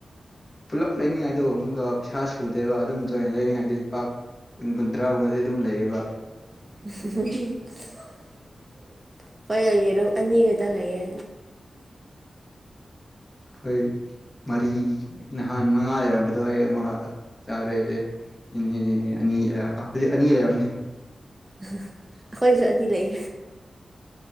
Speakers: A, on the left; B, on the right.
A: ꯄꯨꯜꯂꯞ ꯂꯩꯅꯤꯡꯉꯥꯏꯗꯨ ꯑꯃꯨꯛꯀ ꯄꯩꯁꯥ ꯁꯨꯗꯦꯕ ꯑꯗꯨꯝ ꯆꯣꯏꯅ ꯂꯩꯅꯤꯡꯉꯥꯏꯗꯤ ꯂꯨꯄ ꯀꯨꯟ ꯀꯨꯟꯊ꯭ꯔꯥꯒꯨꯝꯕꯗ ꯑꯗꯨꯝ ꯂꯩꯌꯦꯕ
B: <unintelligible> ꯍꯣꯏ ꯌ ꯌꯦꯔꯨꯝ ꯑꯅꯤ ꯈꯛꯇꯪ ꯂꯩꯌꯦ
A: ꯑꯩꯈꯣꯏ ꯃꯔꯤ ꯅꯍꯥꯟ ꯃꯉꯥ ꯂꯩꯔꯝꯕꯗꯣ ꯑꯩ ꯑꯃ ꯆꯥꯔꯦ ꯏꯅꯦ ꯑꯅꯤꯔ ꯑ ꯍꯧꯖꯤ ꯑꯅꯤ ꯂꯩꯔꯝꯅꯤ
B: ꯑꯩꯈꯣꯏꯁꯨ ꯑꯅꯤ ꯂꯩ